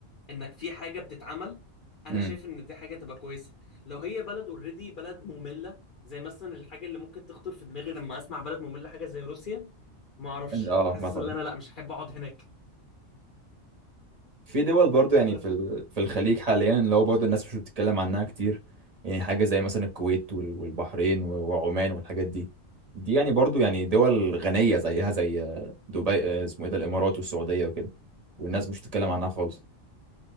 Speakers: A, on the left; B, on the right.
A: انك في حاجه بتتعمل انا
B: امم
A: شايف ان دي حاجه تبقى كويسه لو هي بلد اوريدي بلد ممله زي مثلا الحاجه اللي ممكن تخطر في دماغي لما اسمع بلد ممله حاجه زي روسيا ما اعرفش
B: اه
A: حاسس
B: مثلا
A: ان انا لا مش هحب اقعد هناك
B: في دول برضو يعني
A: بس
B: في ال... في الخليج حاليا اللي هو برضو الناس مش بتتكلم عنها كتير يعني حاجه زي مثلا الكويت وال... والبحرين و... وعمان والحاجات دي دي يعني برضو يعني دول غنيه زيها زي آه، دبي آه، اسمه ايه ده الامارات والسعوديه وكده والناس مش بتتكلم عنها خالص